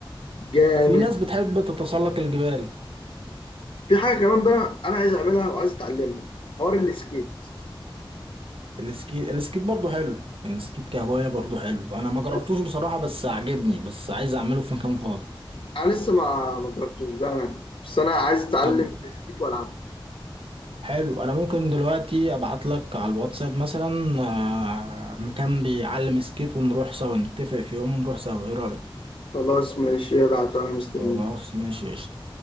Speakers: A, on the left (about 70°); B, on the right (about 85°).
A: جامد
B: في ناس بتحب تتسلق الجبال
A: في حاجه كمان بقى انا عايز اعملها وعايز اتعلمها حوار السكيت
B: السكيت السكيت برضه حلو يعني السكيت كهواية برضه حلو انا ما جربتوش
A: بس
B: بصراحة بس عجبني بس عايز اعمله في مكان فاضي
A: انا لسه ما ما جربتوش بقى بس انا عايز اتعلم
B: طب
A: السكيت والعبه
B: حلو انا ممكن دلوقتي ابعت لك على الواتساب مثلا آه، مكان بيعلم سكيت ونروح سوا نتفق في يوم ونروح سوا ايه رأيك
A: خلاص ماشي ابعت وانا مستنيك
B: خلاص ماشي قشطة